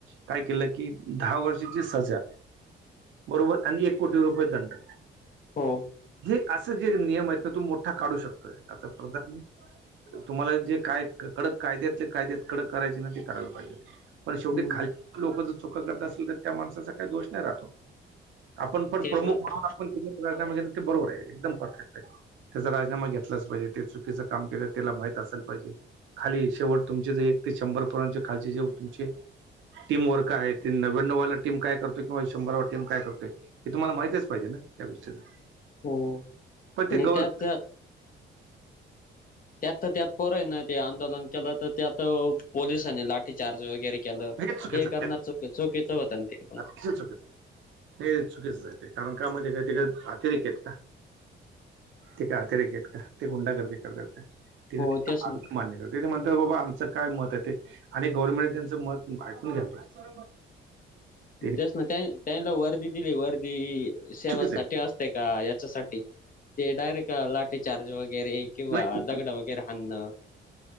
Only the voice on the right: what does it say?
काय केलं की दहा वर्षाची सजा बरोबर आणि एक कोटी रुपये दंड.
जी असं जे नियम आहेत तोम मोठा काढू शकतोय आत्ता प्रधान. तुम्हाला जे काय कडक कायद्यातले कायद्यात कडक करायचे ना ते करायला पाहिजे. पण शेवटी
खाल लोक जर चुक करत असेल तर त्या माणसाचा काही दोष नाही राहतो. आपण पण
प्रमुख
म्हहण ते बरोबर आहे एकदम परफेक्ट आहे. त्याचा राजीनामा घेतलाच पाहिजे ते चुकीचं काम केलं त्याला माहीत असेल पाहिजे. खाली शेवट तुमचे जे एक ते शंभर पर्यंतच्या खालचे जेव तुमचे. टीम वर्क आहे तेी नव्याण्णववाला टीम काय करतो किंवा शंभराला टीम काय करतय. हे तुम्हाला माहितच पाहिजे ना त्या गोष्टीच.
पण ते
गव
हे चुकीचं
चुकीच आहे नाही चुकीच आहे ते कारण का मध्ये काहीतरी का अतिरेक आहेत का. ते काय अतिरेक आहेत का ते गुंडा गर्दी करतात ते
मान्य कर. ते ते म्हणतात बाबा आमचं काय मत आहे ते आणि गव्हर्नमेंट त्यांचं मत ऐकून घ्याय पाहिजे. ते
चुकीचं आहे
नाही